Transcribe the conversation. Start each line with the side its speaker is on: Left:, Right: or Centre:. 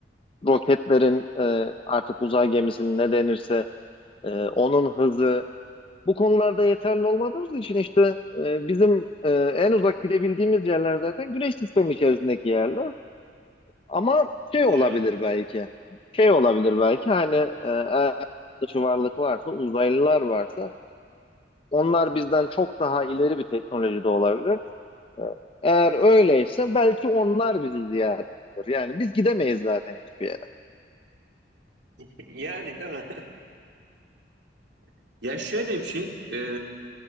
Left: roketlerin e, artık uzay gemisinin ne denirse e, onun hızı bu konularda yeterli olmadığımız için işte e, bizim e, en uzak gidebildiğimiz yerler zaten güneş sistemi içerisindeki yerler. Ama şey olabilir
Right: Evet. <laughs>
Left: belki. Şey olabilir belki hani e, eğer yurt dışı varlık varsa, uzaylılar varsa onlar bizden çok daha ileri bir teknolojide olabilir. E, Eğer öyleyse belki onlar bizi ziyaret eder. Yani biz gidemeyiz zaten hiçbir yere.
Right: Yani değil mi? <laughs> Ya şöyle bir şey, e,